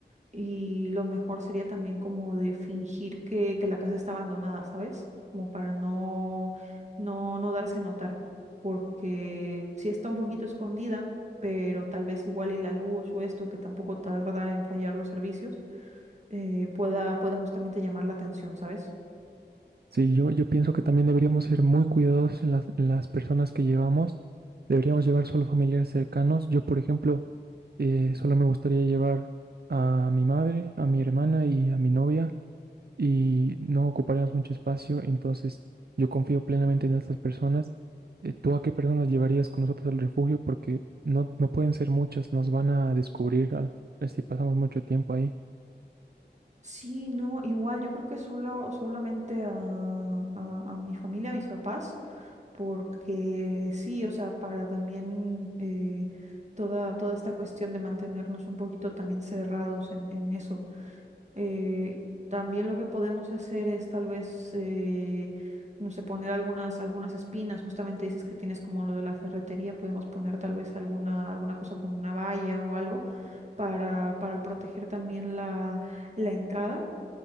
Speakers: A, on the right; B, on the right.
A: y lo mejor sería también como de fingir que, que la casa está abandonada, ¿sabes? Como para no, no, no darse a notar, porque sí está un poquito escondida, pero tal vez igual y la luz o esto, que tampoco tarda en fallar los servicios, eh, pueda, pueda justamente llamar la atención, ¿sabes?
B: Sí, yo, yo pienso que también deberíamos ser muy cuidadosos en las, en las personas que llevamos. Deberíamos llevar solo familiares cercanos. Yo, por ejemplo, eh, solo me gustaría llevar a mi madre, a mi hermana y a mi novia y no ocuparíamos mucho espacio. Entonces, yo confío plenamente en estas personas. Eh, ¿tú a qué personas llevarías con nosotros al refugio? Porque no, no pueden ser muchas, nos van a descubrir al, si pasamos mucho tiempo ahí.
A: Sí, no, igual, yo creo que solo, solamente a, a, a mi familia, a mis papás porque sí, o sea, para también eh, toda, toda esta cuestión de mantenernos un poquito también cerrados en, en eso. Eh, también lo que podemos hacer es tal vez, eh, no sé, poner algunas, algunas espinas, justamente dices que tienes como lo de la ferretería, podemos poner tal vez alguna, alguna cosa con una valla o algo para, para proteger también la, la entrada.